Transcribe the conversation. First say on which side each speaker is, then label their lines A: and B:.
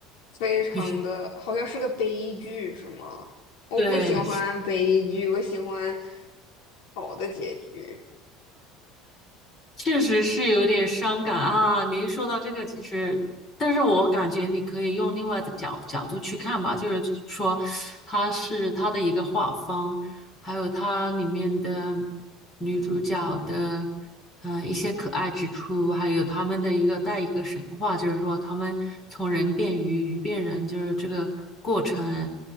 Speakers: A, on the left (about 75°); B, on the left (about 20°).
A: 非常的，
B: 很深，
A: 好像是个悲剧，是吗？我不喜欢悲剧，
B: 对，
A: 我喜欢好的结局。
B: 确实是有点伤感啊！你一说到这个，其实，但是我感觉你可以用另外的角角度去看吧，就是说，它是它的一个画风，还有它里面的女主角的，呃，一些可爱之处，还有他们的一个带一个神话，就是说他们从人变鱼，鱼变人，就是这个过程，